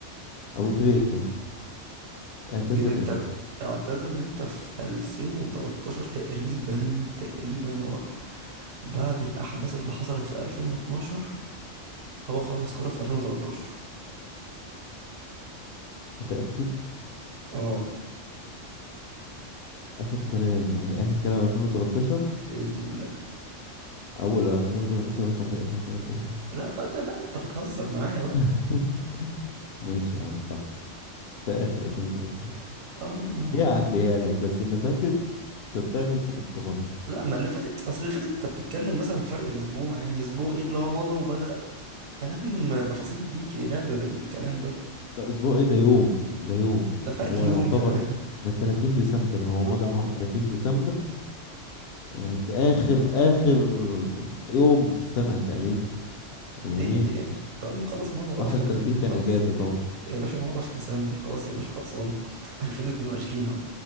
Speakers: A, on the left; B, on the right.
A: أبو تريكة اعتزل
B: جيم التر
A: امتى؟
B: اعتزل امتى في 2013 تقريبا تقريبا هو بعد الأحداث اللي حصلت في 2012 هو خلص كورة في 2013
A: متأكد
B: اه
A: آخر كلام يعني آخر كلام ألفين وتلاتاشر
B: بإذن الله
A: أول ألفين وتلاتاشر ولا في آخر ألفين وتلاتاشر؟
B: لا بقى ده بقى انت بتهزر معايا بقى
A: <laughs> ماشي يا عم صح في آخر ألفين وتلاتاشر
B: اه يعني هو
A: دي هعديها لك بس اللي فاتت صدقني أنت كنت غلط
B: لا ما اللي فاتت اصل اللي فاتت انت بتتكلم مثلا فرق اسبوع يعني اسبوع ايه اللي هو مضى وبدأ كلام تفاصيل دي كي- لعب بالكلام ده
A: ده أسبوع إيه ده يوم ده يوم
B: ده فرق
A: هو
B: <laughs> يوم
A: يعتبر
B: كمان
A: ده 30 ديسمبر هو
B: طب
A: مضى معاهم 30 ديسمبر يعني في آخر آخر يوم في السنة تقريبا يومين
B: يا ايه طب ما خلاص مضى بقى
A: 31
B: في 30
A: كان
B: خلاص
A: اجازه طبعا
B: يا باشا مضى في ديسمبر خلاص يا باشا خلصانه <laughs> في 2022 اهو